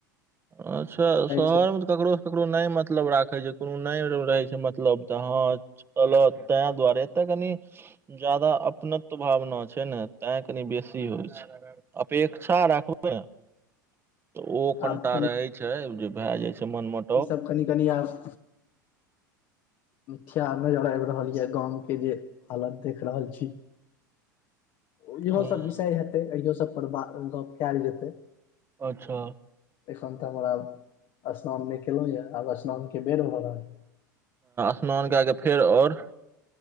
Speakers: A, on the right; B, on the left.
A: अच्छा शहर
B: छै
A: मे तऽ ककरो ककरो नहि मतलब राखै छै कोनो नहि रहै छै मतलब तऽ हँ कहलक तै द्वारे एतअ कनी जादा अपनत्व भावना छै ने तैय कनी बेसी होइ छै अपेक्षा राखबै तऽ ओ कनिटा
B: आब
A: रहै छै जे भए जाइ छै मन मऽ
B: ई सब कनि कनि आब ख्याल नजर आबि रहल यऽ गाँव के जे हालत देख रहल छी इहोसभ
A: हूँ
B: विषय हेतै इहो सभपर बात गप्प कैल जेतै
A: अच्छा
B: एखन तऽ हमर आब स्नान नहि केलहुँ यए आब स्नान के बेर भ रहल
A: स्नान कए केऽ फेर और